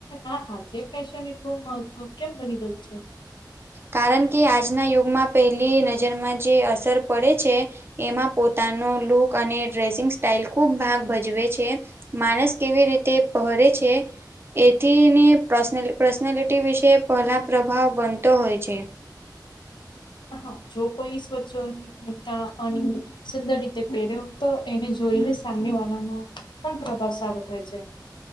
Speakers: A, on the left (about 85°); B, on the right (about 30°).
A: આ આજે ફેશન એટલું મહત્વ કેમ બની ગયું છે
B: કારણ કે આજના યુગમાં પહેલી નજરમાં જે અસર પડે છે એમાં પોતાનો લુક અને ડ્રેસિંગ સ્ટાઈલ ખુબ ભાગ ભજવે છે માણસ કેવી રીતે પરે છે એથીને પર્ પર્સનાલિટી વિશે પહેલા પ્રભાવ બનતો હોય છે
A: હા જો કોઈ સ્વચ્છતા અને સુંદર રીતે પહેર્યો તો એને જોઈને સામની વાળાનો પણ પ્રભાવ સારો થાય છે